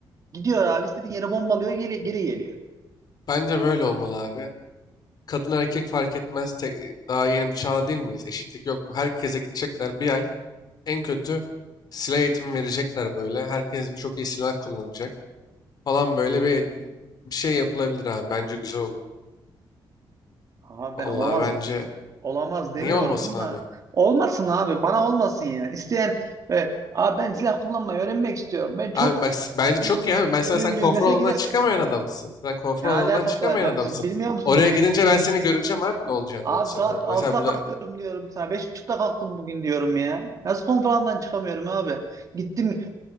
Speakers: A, on the right; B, on the left.
A: Gidiyor abi istediğin yere bombalıyor, geri, geri geliyor.
B: Bence böyle olmalı abi. Kadın erkek fark etmez. Tek- daha yeni bir çağda değil miyiz? Eşitlik yok mu? Herkese gidecekler bir ay. En kötü silah eğitimi verecekler böyle. Herkes çok iyi silah kullanacak falan böyle bir, bir şey yapılabilir abi. Bence güzel olur.
A: Aha
B: Vallahi
A: ben olamaz
B: bence
A: Olamaz demiyorum
B: niye olmasın abi?
A: da olmasın abi bana olmasın yani. İsteyen e, abi ben silah kullanmayı öğrenmek istiyorum. Ben çok
B: Abi bak s- bence çok
A: e,
B: iyi abi. Mesela
A: gönüllüyüm
B: sen konfor
A: dese
B: alanından
A: gider.
B: çıkamayan adamsın. Sen konfor
A: Ne alakası
B: alanından çıkamayan
A: var kardeşim
B: adamsın.
A: bilmiyor musun
B: Oraya
A: beni?
B: gidince ben seni göreceğim abi ne olacağını
A: Abi
B: ben sen
A: saat
B: orada.
A: altıda
B: Mesela burada
A: kalkıyorum diyorum sana. beş buçukta kalktım bugün diyorum ya. Nasıl konferanstan çıkamıyorum abi? Gittim